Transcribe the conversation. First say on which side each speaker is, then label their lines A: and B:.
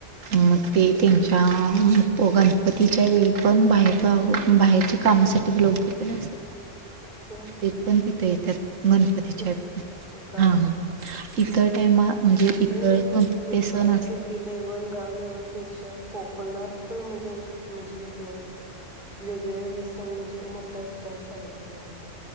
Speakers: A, on the right (about 80°); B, on the right (about 40°).
A: म ते त्यांच्या गणपतीच्या वेळी पण बाहेर गाव बाहेरचे कामासाठी लोक जास्त
B: ह
A: ते पण ते त्या गणपतीच्या
B: सुट्टी काढून
A: हा इतर टायमा
B: म्हणजे
A: इतर कोणते
B: इकडं
A: सण
B: सिटी लेव्हल गाव लेवलपेक्षा कोकणात म्हणजे उस् म्हणजे ह वेगळेवेगळे सण म्हणजे मोठ्या उत्साहात साजरे केले जातात.